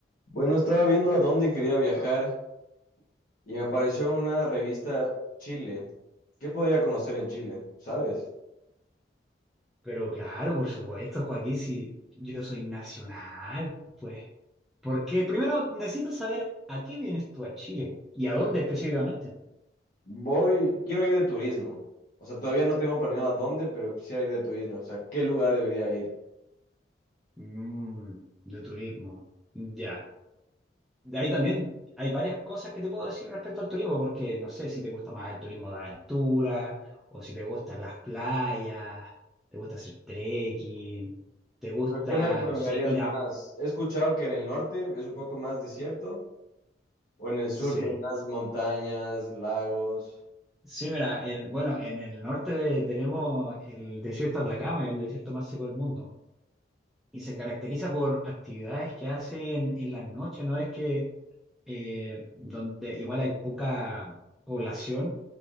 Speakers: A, on the left (about 50°); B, in the centre.
A: Bueno, estaba viendo a dónde quería viajar y me apareció una revista Chile. ¿Qué podría conocer en Chile? ¿Sabes?
B: Pero claro, por supuesto, Joaquín, si yo soy nacional, pues. Porque primero necesito saber a qué vienes tú a Chile y a dónde específicamente.
A: Voy, quiero ir de turismo. O sea, todavía no tengo planeado a dónde, pero quisiera ir de turismo. O sea, ¿qué lugar debería ir?
B: Mm, de turismo. Ya. De ahí también hay varias cosas que te puedo decir respecto al turismo, porque no sé si te gusta más el turismo de aventura o si te gustan las playas, te gusta hacer trekking, te gusta,
A: ¿Pero qué me recomendarías
B: no sé, ir
A: más?
B: a...
A: He escuchado que en el norte es un poco más desierto, o en el sur
B: Sí.
A: que hay más montañas, lagos,
B: Sí, mira, el, bueno, en el norte tenemos el desierto de Atacama, el desierto más seco del mundo, y se caracteriza por actividades que hacen en las noches, ¿no? Es que eh, donde igual hay poca población,